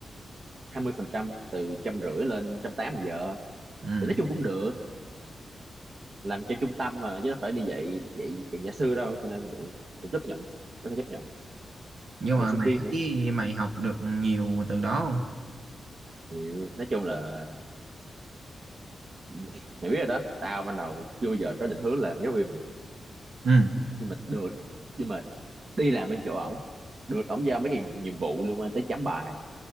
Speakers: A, on the right (about 40°); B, on the right (about 60°).
A: 20% từ trăm rưỡi lên trăm tám giờ
B: Ừ.
A: thì nói chung cũng được làm cho trung tâm mà chứ đâu phải đi dạy dạy kiểm gia sư đâu cho nên vậy cũng chấp nhận có thể chấp nhận
B: Nhưng
A: mình
B: mà
A: là sinh
B: mày
A: viên
B: thấy
A: nữa
B: mày học được nhiều từ đó không?
A: Hiểu. nói chung là <laughs> mày biết rồi đó tao ban đầu chưa bao giờ có định hướng làm giáo viên mà
B: Ừ,
A: nhưng mà được nhưng mà đi làm bên chỗ ổng được ổng giao mấy cái nhiệm vụ liên quan tới chấm bài